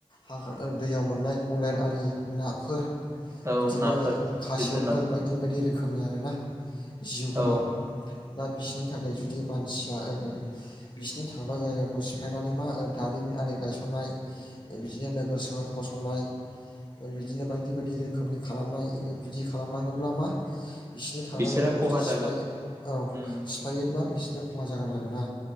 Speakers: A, on the left; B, on the right.
A: हाहो दैयाव मोननाय गलेर आरि नाफोर
B: औ
A: बिदिनो
B: नाफोर
A: खासेवफोर
B: जिब जुनार
A: बायदि बायदि रोखोम खोमनि आरोना जिउ गोनां
B: औ
A: दा बिसोरनि थाखाय जुदि मानसिया ओरै बिसिनि थाग्रा जायगाखौ सिफायनानै मा ओह दारिमिन आरि गायसननाय बिदिनो नोगोर सोहोर फसंनाय ओह बिदिनो बायदि बायदि रोखोमनि खालामनाय ओह बिदि खालामलाङोब्ला मा बिसोरनि थाग्रा
B: बिसोरा
A: जायगाखौ
B: खहा
A: जुदि
B: जागोन
A: सिफाय औ
B: उम
A: सिफायो ब्ला बिसोरनो खहा जागोन आरो ना